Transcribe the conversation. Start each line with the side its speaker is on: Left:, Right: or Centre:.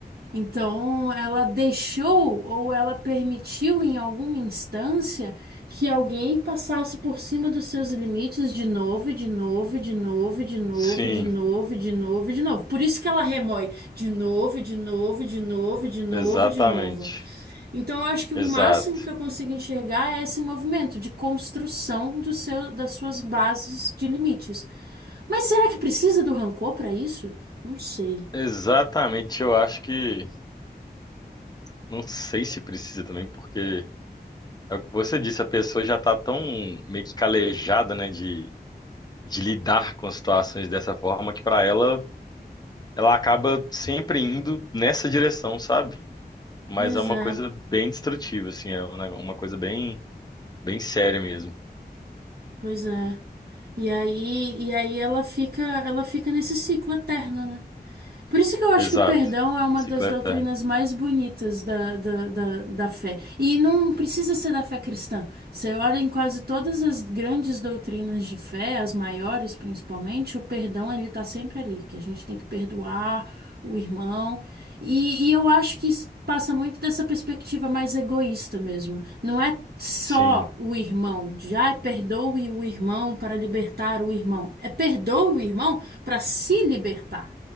Right: Então, ela deixou ou ela permitiu em alguma instância que alguém passasse por cima dos seus limites de novo, e de novo, e de novo, e de novo,
Left: sim,
Right: e de novo, e de novo, e de novo. Por isso que ela remói de novo, e de novo, e de novo, e de novo,
Left: exatamente.
Right: e de novo. Então, eu acho que o
Left: Exato.
Right: máximo que eu consigo enxergar é esse movimento de construção do seu, das suas bases de limites. Mas será que precisa do rancor para isso? Não sei.
Left: Exatamente, eu acho que não sei se precisa também, porque é o que você disse, a pessoa já tá tão meio que calejada, né, de, de lidar com situações dessa forma que pra ela ela acaba sempre indo nessa direção, sabe? mas
Right: Pois
Left: é uma
Right: é.
Left: coisa bem destrutiva, assim, é um nego- uma coisa bem, bem séria mesmo.
Right: Pois é. E aí, e aí ela fica, ela fica nesse ciclo eterno, né? Por isso que eu acho
Left: Exato.
Right: que o perdão é uma
Left: Ciclo
Right: das doutrinas
Left: eterno.
Right: mais bonitas da, da, da, da fé. E não precisa ser da fé cristã. Você olha em quase todas as grandes doutrinas de fé, as maiores principalmente, o perdão ele está sempre ali, que a gente tem que perdoar o irmão. E, e eu acho que isso passa muito dessa perspectiva mais egoísta mesmo. Não é só
Left: Sim,
Right: o irmão, de ai, perdoe o irmão para libertar o irmão. É perdoe o irmão para se libertar